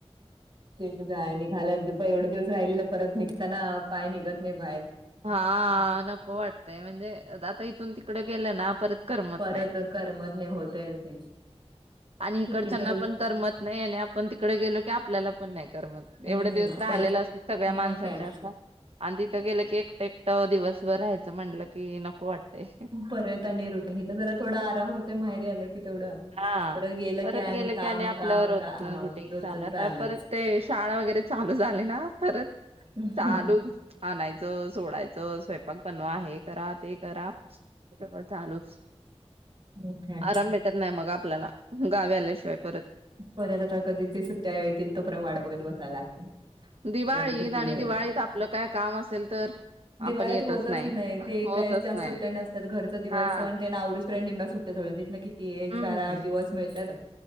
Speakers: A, on the right; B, on the right.
A: ते जाय निघाला प एवढे दिवस राहिलेलं परत निघताना पाय निघत नाहीत.
B: हा नको वाटतय म्हणजे आता इथून तिकड गेलं ना परत करमत
A: परत
B: नाही
A: करमत नाही होतय ते
B: आणि
A: सुट्टी
B: इकडच्याना
A: तेवढ
B: पण करमत नाही आणि आपण तिकडे गेलो की आपल्याला पण नाही करमत एवढ्या
A: हम्म
B: दिवस राहिलेला
A: परत
B: असत सगळ्या माणसांच्या
A: मग काय
B: आतला आणि त त गेल की एक एकटं दिवसभर राहायचं म्हटलं की नको वाट असं वाटतयं
A: परत आणि रुटीन इथं जरा थोडा आराम होतोय माहेरी आला की तेवढं
B: हा
A: परत गेलं
B: परत गेल
A: काम
B: की आणि आपलं
A: काम
B: रोजच
A: काम
B: रुटीन
A: रोजच
B: चालू
A: चालूच.
B: परत ते शाळा वगैरे चालू झाली ना परत
A: हम्म
B: चालूच हा नाय <unintelligible> सोडायचं, स्वयंपाक बनवा हे. करा ते करा हे सगळ चालूच
A: मग काय
B: आराम भेटत नाही मग आपल्याला गावी आल्याशिवाय परत
A: परत आता कधी ते सुट्ट्या येतील तोपर्यंत <unintelligible>
B: दिवाळीत
A: कधी सुट्टी
B: आणि
A: मिळायची?
B: दिवाळीत आपलं काय काम असेल तर
A: <inaudible> दिवाळीत
B: आपण येतच
A: होतच नाही ते
B: होतच
A: काय जास्त
B: नाही
A: सुट्ट्या नसतात घरचं दिवाळसण
B: हा
A: तेन आवरूसतो पर्यंत निम्म्या सुट्ट्या <unintelligible> तिथंन किती एक
B: हम्म
A: चार आठ दिवस मिळत्यात.